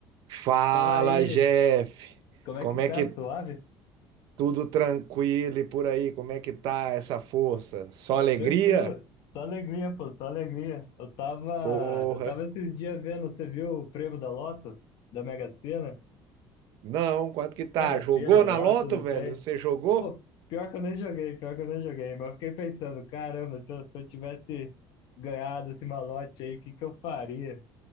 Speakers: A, on the right; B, on the left.
A: Fala,
B: Fala aí,
A: Jeff.
B: como é
A: Como
B: que tá?
A: é que
B: Suave?
A: tudo tranquilo e por aí? Como é que tá essa força? Só alegria?
B: Tranquilo. Só alegria, pô, só alegria. Eu tava,
A: Porra.
B: eu tava esses dias vendo, você viu o prêmio da Loto? Da Mega Sena?
A: Não, quanto que tá?
B: Mega
A: Jogou
B: Sena, Loto,
A: na loto,
B: não
A: velho?
B: sei.
A: Você jogou?
B: Pô, pior que eu nem joguei, pior que eu nem joguei, mas eu fiquei pensando, caramba, se eu, se eu tivesse ganhado esse malote aí, o que que eu faria?